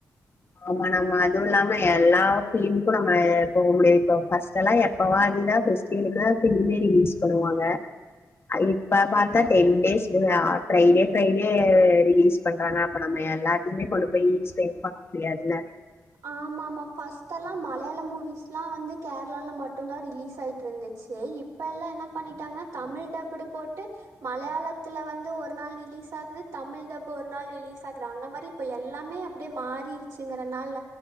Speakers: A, on the left; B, on the right.
A: ஆமா நம்ம அதுவும் இல்லாம எல்லா பிலிமுக்கும் நம்ம போக முடியாது இப்போ பஸ்டலாம் எப்பவா அதுதான் பெஸ்டிவளுக்கு பிளீமே ரிலீஸ் பண்ணுவாங்க இப்ப பாத்தா ten day Friday Friday release பண்றாங்க அப்ப எல்லாதுக்கு கொண்டு போயி <unintelligible> முடியாது ல
B: ஆமா ஆமா ஃபர்ஸ்ட் எல்லாம் மலையாள மூவிஸ்லாம் வந்து கேரளால மட்டும்தான் ரிலீஸ் ஆயிட்டு இருந்துச்சு இப்பல்லாம் என்ன பண்ணிட்டாங்கன்னா தமிழ் டப்புடு போட்டு மலையாளத்துல வந்து ஒரு நாள் ரிலீஸ் ஆகுது தமிழ் டப்பு ஒரு நாள் ரிலீஸ் ஆகுது அந்த மாறி இப்ப எல்லாமே அப்டி மாறிருச்சுருங்கன்னால